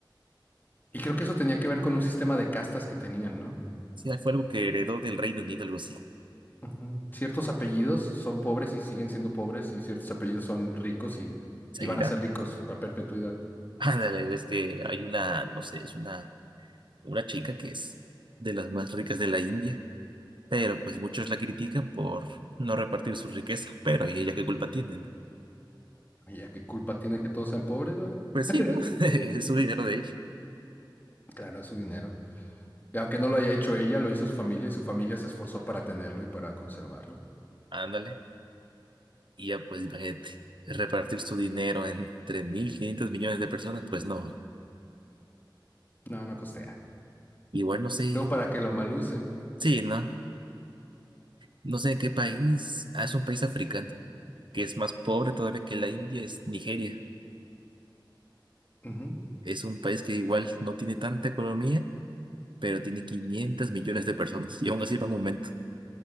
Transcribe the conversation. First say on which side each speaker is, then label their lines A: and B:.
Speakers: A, on the left; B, on the right.
A: Y creo que eso tenía que ver con un sistema de castas que tenían, ¿no?
B: Sí, fue algo que heredó del Reino Unido, algo así.
A: Ujú. Ciertos apellidos son pobres y siguen siendo pobres, y ciertos apellidos son ricos y,
B: Seguirá.
A: y van a ser ricos a perpetuidad.
B: <laughs> Ándale, ves que hay una, no sé, es una, una chica que es de las más ricas de la India, pero pues muchos la critican por no repartir su riqueza, pero ¿y ella qué culpa tiene, no?
A: Ay, ya qué culpa tiene que todos sean pobres, güey.
B: Pues
A: <laughs>
B: sí, ¿no? <laughs> Es su dinero de ella.
A: Claro, es su dinero. Y aunque no lo haya hecho ella, lo hizo su familia y su familia se esforzó para tenerlo y para conservarlo.
B: Ándale. Y ya, pues imagínate, repartir su dinero entre 1.500 millones de personas, pues no.
A: No, no costea.
B: Igual no sé,
A: Luego, para que lo malucen.
B: sí, no, no sé qué país. Ah, es un país africano, que es más pobre todavía que la India, es Nigeria.
A: Ujú.
B: Es un país que igual no tiene tanta economía, pero tiene 500 millones de personas. Y aún así va en aumento.